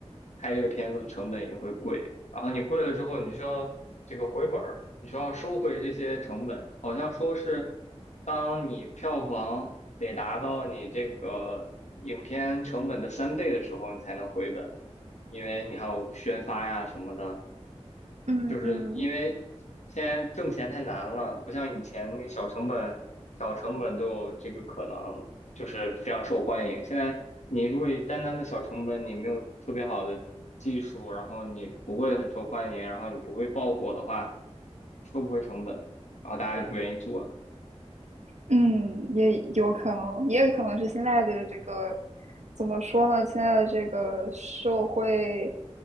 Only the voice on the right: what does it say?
嗯嗯
嗯，也有可能，也可能是现在的这个怎么说呢？现在的这个社会